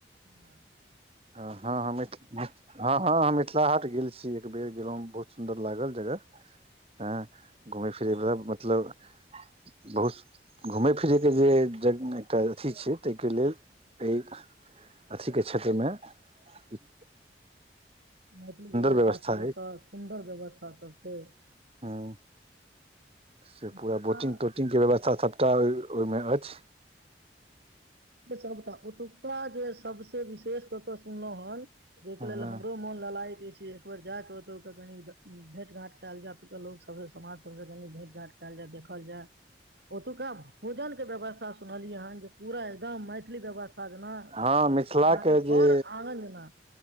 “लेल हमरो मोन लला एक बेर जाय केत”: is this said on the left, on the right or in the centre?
Right